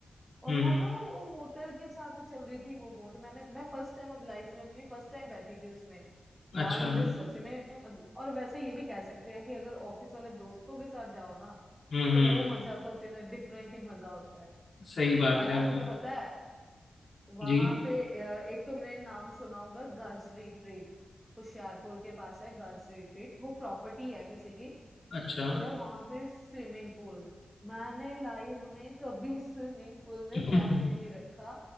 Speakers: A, in the centre; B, on the left (about 60°).
A: और
B: हम्म
A: वो
B: हम्म
A: ना वो मोटर के साथ चल रही थी वो बोट मैंने मैं फर्स्ट टाइम अब लाइफ में अपनी फर्स्ट टाइम बैठी थी उसमें यार
B: अच्छा
A: मुझे
B: हम्म
A: सच में मतलब और वैसे ये भी कह सकते हैं कि अगर ऑफिस वाले दोस्तों के साथ जाओ ना
B: हम्म
A: तो वो मजा तो फिर डिफरेंट ही मजा होता है
B: सही बात
A: और यार
B: है वो
A: तुम्हें पता है वहां
B: जी
A: पे अ, एक तुमने नाम सुना होगा गज रिट्रीट होशियारपुर के पास है गज रिट्रीट वो प्रॉपर्टी है किसी की
B: अच्छा
A: और यार वहां पे स्विमिंग पूल मैंने लाइफ में कभी <laughs> स्विमिंग पूल में पैर
B: हम्म,
A: भी नहीं रखा